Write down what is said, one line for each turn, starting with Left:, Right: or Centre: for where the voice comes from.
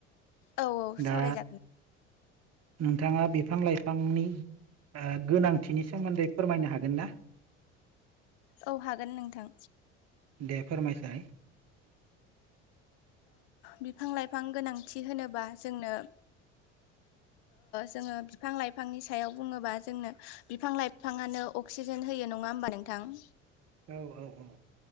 Left: औ औ
Right: दा
Left: सावरायजागोन
Right: नोंथाङा बेभो बिफां लाइफांनि गोनांथिनि सोमोन्दै फोरमायनो हागोन ना
Left: औ हागोन नोंथां
Right: दे फोरमायसाय
Left: बिफां लाइफां गोनांथि होनोबा जोंनो जोङो बिफां लाइफांनि सायाव बुङोबा जोंनो बिफां लाइफाङानोनो अक्सिजेन होयो नङा होनबा नोंथां
Right: औ औ औ